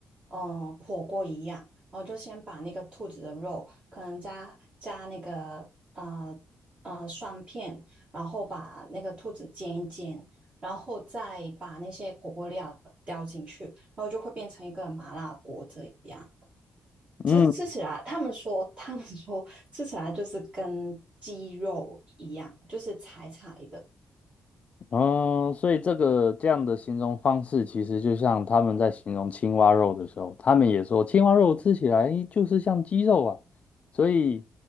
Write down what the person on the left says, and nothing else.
嗯。
嗯，所以这个这样的形容方式，其实就像他们在形容青蛙肉的时候，他们也说青蛙肉吃起来就是像鸡肉啊，所以